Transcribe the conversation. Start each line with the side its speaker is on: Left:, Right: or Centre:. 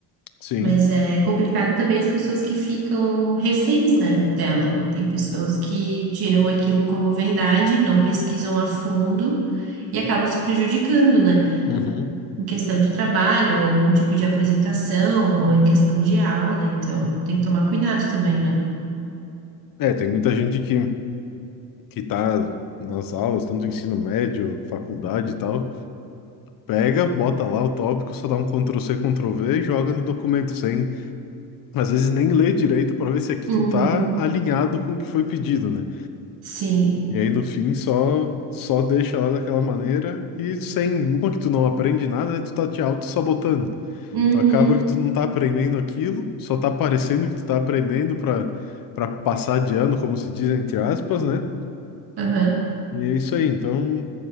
Left: Sim.
Right: Mas é complicado também as pessoas que ficam reféns, né, dela. Tem pessoas que tiram aquilo como verdade, não pesquisam a fundo e acabam se prejudicando, né,
Left: Uhum.
Right: em questão de trabalho, ou algum tipo de apresentação, ou em questão de aula. Então, tem que tomar cuidado também, né?
Left: É, tem muita gente que, que tá nas aulas, tanto ensino médio, faculdade e tal, pega, bota lá o tópico, só dá um ctrl Ctrl+C, Ctrl+V e joga no documento, sem, às vezes, nem ler direito para ver se aquilo
Right: Uhum.
Left: tá alinhado com o que foi pedido, né?
Right: Sim.
Left: E aí no fim só só deixa lá daquela maneira e sem uma que tu não aprende nada, né, tu tá te auto-sabotando.
Right: Uhum.
Left: Tu acaba que tu não tá aprendendo aquilo, só tá parecendo que tu tá aprendendo pra para passar de ano, como se diz entre aspas, né?
Right: Aham.
Left: E é isso aí. Então,